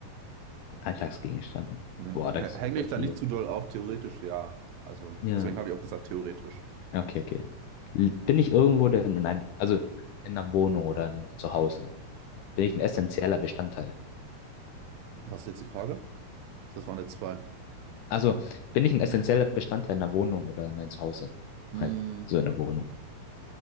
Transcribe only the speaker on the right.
Hm.
H-
Hänge
ich da
nicht zu doll auf? Theoretisch ja. Also,
deswegen habe ich auch gesagt, theoretisch.
Was ist jetzt die Frage? Das waren jetzt zwei.
Hm,